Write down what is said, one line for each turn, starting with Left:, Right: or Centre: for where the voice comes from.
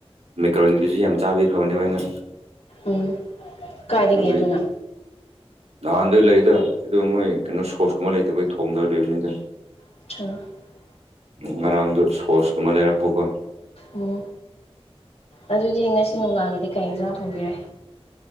Right: ꯃꯦꯀꯥꯔꯣꯅꯤꯗꯨꯁꯨ ꯌꯥꯝ ꯆꯥꯕꯤ ꯈꯔ꯭ꯕꯅꯦ ꯑꯩꯅ
Left: ꯎꯝ ꯀꯥꯏꯗꯒꯤ
Right: ꯑꯗꯨꯒꯤ
Left: ꯑꯗꯨꯅ
Right: ꯅꯍꯥꯟꯗꯩ ꯂꯩꯗ ꯁꯤꯗ ꯃꯣꯏ ꯀꯩꯅꯣ ꯁꯣꯁꯀꯨꯝꯕ ꯂꯩꯇꯕꯩ ꯊꯣꯡꯗꯅ ꯂꯩꯕꯅꯤꯗ
Left: <unintelligible>
Right: ꯉꯔꯥꯡꯗꯣ ꯁꯣꯁꯀꯨꯝꯕ ꯂꯩꯔꯛꯄꯀꯣ
Left: ꯎꯝ ꯑꯗꯨꯗꯤ ꯉꯁꯤ ꯅꯨꯡꯗꯥꯡꯒꯤꯗꯤ ꯀꯔꯤ ꯏꯟꯁꯥꯡ ꯊꯣꯡꯕꯤꯔꯦ